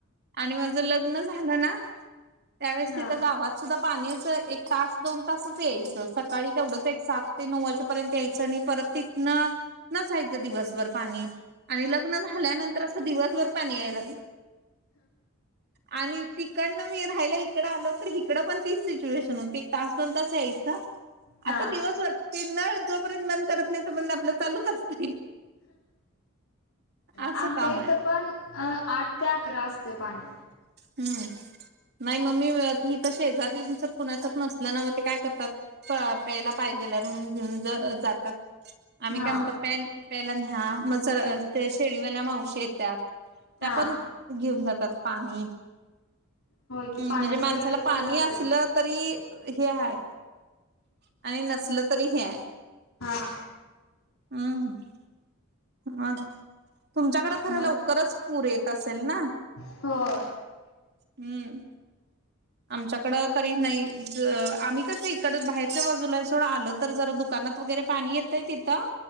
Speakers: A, on the right; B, on the left.
A: आणि माझ लग्न झालं ना त्यावेळेस
B: हा
A: तिथं गावात सुधा पाणी अस, एक तास दोन तासच यायचं, सकाळी तेवढंच एक सात ते नऊ वाजेपर्यंत यायचं आणि परत तिथनं नसायचं दिवसभर पाणी आणि लग्न झाल्यानंतर असं दिवसभर पाणी याया लागलं आणि तिकडनं मी राहियला इकडं आलो तरी इकडं पण तीच सिच्युएशन होती तास दोन तास यायचं
B: हा
A: आता दिवस वाटते ना, जोपर्यंत मन करत नाही तो पर्यत आपल चालूच असतय. असं
B: आमच्या
A: काम
B: इथं
A: आहे.
B: पण अ आठ ते अकरा, असतय पाणी.
A: हूं नाही म मी हित शेजारीच कुणाचंच नसल्या न मग ते काय करतात? त प्यायला पाहिजेलाय म्हणून घेऊन ज जातात. आम्ही
B: हा
A: काय म्हणतो पॅन प्यायला न्ह्या मग जर ते शेळीवाल्या मावशी येतात त्या
B: हा
A: पण घेऊन जातात. ह ह
B: होय की पाण्याची
A: म्हणजे मानसाला
B: गरज
A: पाणी
B: तर लागतेच.
A: असलं तरी हे हाय आणि नसलं तरी हे आहे.
B: हा!
A: <inaudible> ह तुमच्याकडे खरं
B: मग
A: लवकरच पूर येत असेल ना.
B: हो!
A: हूं! आमच्याकडं तरी नाही, ज आम्ही कसं इकडं बाहेरच्या बाजूला सोडं आलो तर जरा दुकानात वगैरे पाणी येतंय तिथं